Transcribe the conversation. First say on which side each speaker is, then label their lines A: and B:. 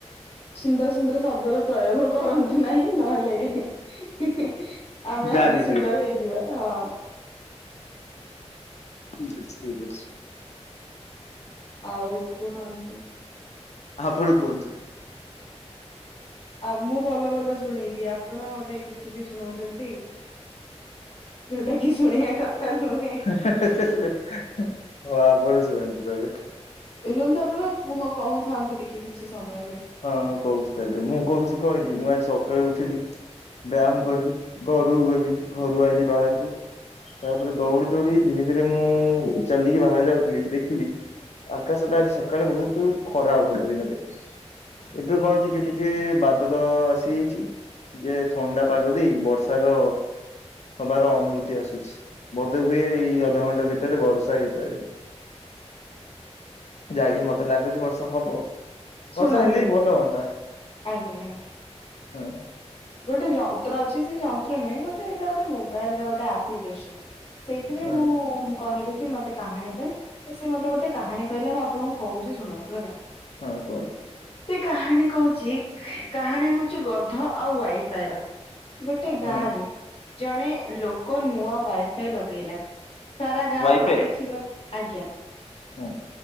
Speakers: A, on the left (about 55°); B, on the left (about 75°).
A: ସୁନ୍ଦର ସୁନ୍ଦର ଶବ୍ଦର ପ୍ରୟୋଗ କରନ୍ତୁ ନାହିଁ ନହେଲେ ହେଁ ହେଁ ଆମେ
B: ବ୍ୟାନ
A: ଆହୁରି
B: ହେଇଯିବେ
A: ସୁନ୍ଦର ହେଇଯିବା ହଁ।
B: ଠିକ ଅଛି ଠିକ ଅଛି।
A: ଆଉ କୁହନ୍ତି।
B: ଆପଣ କୁହନ୍ତୁ।
A: ଆଉ ମୁଁ ଭଲ ଭଲ ଶୁଣେଇବି ଆପଣ ଗଟେ କିଛି ବି ଶୁଣ ଶୁଣନ୍ତି ଯୋଉଟା କି ଶୁଣେଇବା କଥା ନୁହେଁ।
B: ହେଁ ହେଁ ହେଁ ହଉ ଆପଣ ଶୁଣନ୍ତୁ ଏବେ।
A: ରୁହନ୍ତୁ ଆପଣ ମୁୁହ କହୁଥାନ୍ତୁ ଟିକେ କିଛି ସମୟ ଯାଏ
B: ହଁ ମୁଁ କହୁଛି ତାହେଲେ ମୁଁ କହୁଛି କଣ କି ମୁଁ ଆଜି ସକ ସକାଳେ ଉଠିଲି ବ୍ୟାୟାମ କଲି ଘରୁକୁ ଗଲି ଘରୁ ଆଇଲି ବାହାରକୁ ତାପରେ ଦୌଡି ଦୌଡି ଧୀରେ ଧୀରେ ମୁଁ ଚାଲିକି ବାହାରେ ଯାଉଥିଲି ଦେଖିଲି। ଆକାଶ ଟା ଆଜି ସକାଳେ ବହୁତ ଖରା ହଉଥିଲା ଦିନରେ। ଏବେ କଣ ଟିକେ ଟିକେ ବାଦଲ ଆସି ଯାଇଛି। ଯେ ଥଣ୍ଡା ପାଗ ଦେଇ ବର୍ଷାର। ହବାର ଅନୁଭୂତି ଆସୁଛି ବୋଧେ ହୁଏ ଏଇ ଅଧଘଣ୍ଟା ଭିତରେ ବର୍ଷା ହେଇପାରେ।
A: <inaudible>
B: ଯାକି ମତେ ଲାଗୁଛି ବର୍ଷା ହବ।
A: ଶୁଣନ୍ତୁ
B: ବର୍ଷା ହେଲେ ବି ଭଲ ହୁଅନ୍ତା
A: ଆଜ୍ଞା ଆଜ୍ଞା।
B: ହଁ।
A: ଗୋଟେ ଯନ୍ତ୍ର ଅଛି ସେ ଯନ୍ତ୍ର ନୁହେଁ ଗୋଟେ ଏଇଟା ଗୋଟେ ମୋବାଇଲ ରେ ଗୋଟେ ଆପ୍ଲିକେସନ ‌। ସେଇଥିରେ
B: ହଁ
A: ମୁଁ କହିଲି କି ମତେ କାହାଣୀ ପାଇଁ ସେ ମତେ ଗୋଟେ କାହାଣୀ। କହିଲା ମୁଁ ଆପଣଙ୍କୁ କହୁଛି ଶୁଣନ୍ତୁ ହେଲା।
B: ହଁ କୁହନ୍ତୁ
A: ସେ କାହାଣୀ କହୁଛି କାହାଣୀ ହଉଛି ଗଧ। ଆଉ ୱାଇଫାଇ ର ଗୋଟେ ଗାଁରେ
B: ହଁ
A: ଜଣେ ଲୋକ ନୂଆ। ୱାଇଫାଇ ଲଗେଇଲା ସାରା ଗାଁ
B: ୱାଇଫାଇ
A: ତାକୁ ଦେଖିବାକୁ ଆଜ୍ଞା।
B: ହଁ